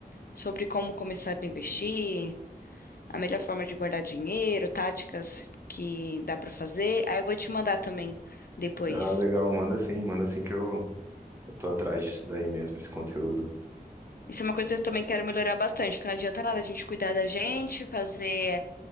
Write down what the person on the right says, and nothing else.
Ah, legal, manda sim, manda sim que eu, eu tô atrás disso daí mesmo, esse conteúdo.